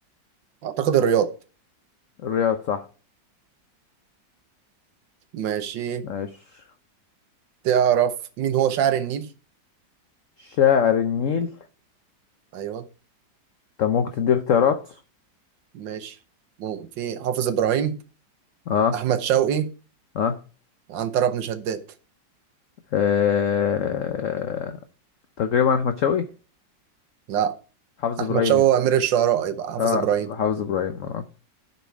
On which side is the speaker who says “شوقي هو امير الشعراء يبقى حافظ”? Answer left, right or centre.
Right